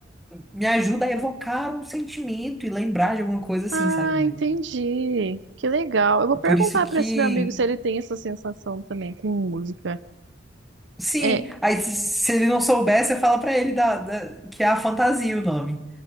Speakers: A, in the centre; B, on the right (about 65°).
A: me ajuda a evocar um sentimento e lembrar de alguma coisa assim,
B: ah,
A: sabe? né?
B: entendi. Que legal. Eu vou perguntar
A: Por isso que
B: para esse meu amigo se ele tem essa sensação também com música.
A: Sim,
B: É,
A: aí se, se ele não souber, você fala pra ele da, da- que é a fantasia o nome.